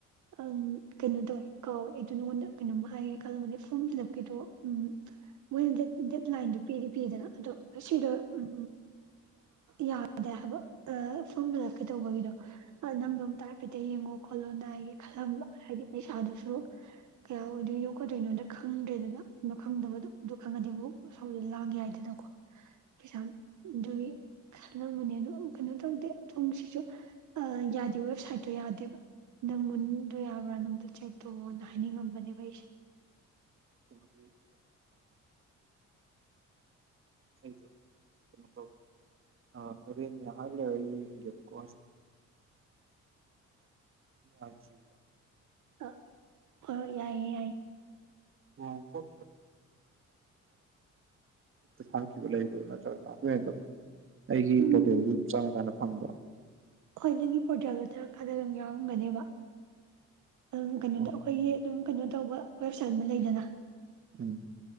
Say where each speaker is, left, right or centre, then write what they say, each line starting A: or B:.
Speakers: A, on the right; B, on the right.
A: ꯑ ꯀꯩꯅꯣ ꯇꯧꯋꯦ ꯀꯥꯎꯋꯦ ꯑꯩꯗꯣ ꯅꯉꯣꯟꯗ ꯀꯩꯅꯣꯝꯃ ꯍꯥꯏꯒꯦ ꯈꯜꯂꯝꯕꯅꯦ ꯐꯣꯔꯝ ꯐꯤꯜ ꯑꯞꯀꯤꯗꯣ ꯎꯝ ꯃꯣꯏꯅ ꯗꯦꯠ ꯂꯥꯏꯟꯗꯨ ꯄꯤꯗꯤ ꯄꯤꯗꯅ ꯑꯗꯣ ꯑꯁꯤꯗ ꯎꯝ ꯌꯥꯗꯦ ꯍꯥꯏꯕ ꯑ ꯐꯣꯝ ꯐꯤꯜꯂꯞꯀꯩ ꯇꯧꯕꯒꯤꯗꯣ ꯅꯪꯗꯣꯝ ꯇꯔꯄꯦꯇ ꯌꯦꯡꯉꯣ ꯈꯣꯠꯂꯣ ꯗꯥꯏꯒꯤ ꯈꯜꯂꯝꯕ ꯍꯥꯏꯗꯤ ꯄꯩꯁꯥꯗꯨꯁꯨ ꯀꯌꯥ ꯑꯣꯏꯗꯣꯏꯅꯣ ꯌꯣꯛꯀꯗꯣꯏꯅꯣꯗ ꯈꯪꯗ꯭ꯔꯦꯗꯅ ꯑꯗꯨ ꯈꯪꯗꯕ ꯑꯗꯨ ꯈꯪꯉꯗꯤꯕꯨ ꯁꯥꯎꯗ ꯂꯥꯡꯒꯦ ꯍꯥꯏꯗꯅꯀꯣ ꯄꯩꯁꯥ ꯑꯗꯨꯒꯤ ꯁꯂꯝꯕꯅꯦ ꯑꯗꯨ ꯀꯩꯅꯣ ꯇꯧꯗꯦ ꯊꯣꯡꯁꯤꯁꯨ ꯌꯥꯗꯦ ꯋꯦꯕꯁꯥꯏꯠꯇꯣ ꯌꯥꯗꯦꯕ ꯅꯪꯒꯟꯗ ꯌꯥꯕ꯭ꯔꯥ ꯅꯪꯗꯣ ꯆꯦꯛ ꯇꯣꯛꯑꯣꯅ ꯍꯥꯏꯅꯤꯡꯉꯝꯕꯅꯦꯕꯩꯁꯦ
B: ꯕꯤꯃ ꯊꯦꯡꯨ ꯇꯧ ꯑ ꯍꯗꯅꯦ ꯍꯥꯏꯂꯦ ꯍ ꯈꯋꯥ ꯁꯤ ꯑ
A: ꯑ ꯑ ꯌꯥꯏꯌꯦ ꯌꯥꯏꯌꯦ
B: <inaudible> <unintelligible> ꯑꯣ ꯊꯈꯤꯕ ꯂꯩꯕ꯭ꯔꯣ ꯅꯠꯇ꯭ꯔꯒꯅ ꯑꯩꯈꯣꯏ ꯑꯩꯒꯤ
A: ꯎꯝ
B: ꯄꯣꯔꯇꯦꯜꯗꯨ ꯑꯗꯨꯝ ꯆꯪꯉꯀꯥꯟꯗ ꯐꯪꯕ꯭ꯔꯥ
A: ꯍꯣꯏ ꯅꯪꯒꯤ ꯄꯣꯔꯇꯦꯜꯗ ꯆ ꯈꯗ ꯑꯗꯨꯝ ꯌꯥꯎꯔꯝꯒꯅꯦꯕ ꯑꯗꯨꯝ ꯀꯩꯅꯣꯗ
B: ꯑꯣ
A: ꯑꯩꯈꯣꯏꯒꯤ ꯑꯗꯨꯝ ꯀꯩꯅꯣ ꯇꯧꯕ ꯋꯦꯕꯁꯥꯏꯠ ꯑꯃ ꯂꯩꯗꯅ
B: ꯎꯝ